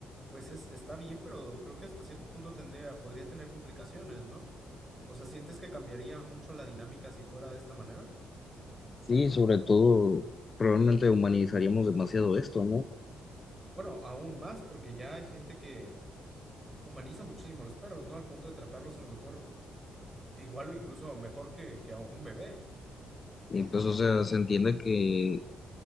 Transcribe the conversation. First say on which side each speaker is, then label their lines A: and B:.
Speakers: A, on the right; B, on the left.
A: pues es, está bien, pero creo que hasta cierto punto tendría, podría tener complicaciones, ¿no? O sea, ¿sientes que cambiaría mucho la dinámica si fuera de esta manera?
B: Sí, sobre todo, probablemente humanizaríamos demasiado esto, ¿no?
A: Bueno, aún más, porque ya hay gente que humaniza muchísimo a los perros, ¿no? Al punto de tratarlos a lo mejor igual o incluso mejor que, que a un bebé.
B: Y pues, o sea, se entiende que